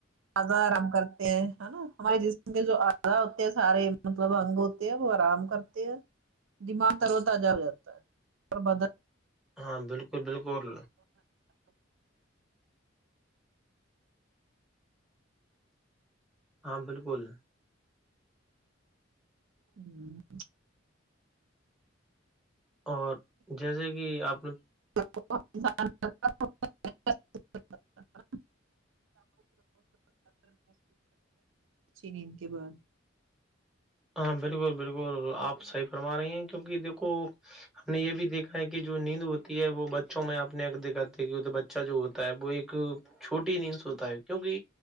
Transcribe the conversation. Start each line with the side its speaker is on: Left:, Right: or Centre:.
Right: آزا آرام کرتے ہیں نا ہمارے جسم کے جو آزا ہوتے ہیں سارے مطلب اگ وہ آرام کرتے ہیں دماغ ترو تازہ ہو جاتا ہے پر بدل
Centre: ہاں بالکل بالکل ہاں بالکل
Right: ہوں
Centre: اور جیسے کہ آپ نے
Right: <unintelligible> ھی نیند کے بعد
Centre: ہاں بالکل بالکل آپ صحیح فرما رہی ہیں کیونکہ دیکھو ہم نے یہ بھی دیکھا ہے کہ جو نیند ہوتی ہے وہ بچوں میں آ اپنے دیکھاتے ہے کی اچھا جو ہوتا ہے وہ ایک چھوٹی نہیں سوتا ہے کیوںکہ